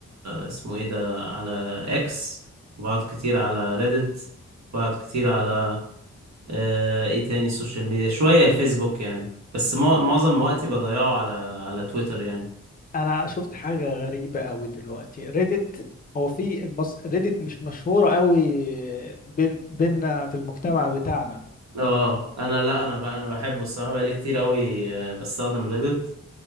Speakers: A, on the right; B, on the left.
A: اسمه ايه ده على اكس وبقعد كتير على ريدت بقعد كتير على آه ايه تاني السوشيال ميديا شوية الفيسبوك يعني بس مع- معظم وقتي بضيعه على على تويتر يعني
B: انا شفت حاجة غريبة قوي دلوقتي ريدت هو في المص... ريدت مش مشهورة قوي بين بيننا في المجتمع بتاعنا
A: اه انا لا انا بقى انا بحبه الصراحة بقالي كتير قوي آه، بستخدم ريدت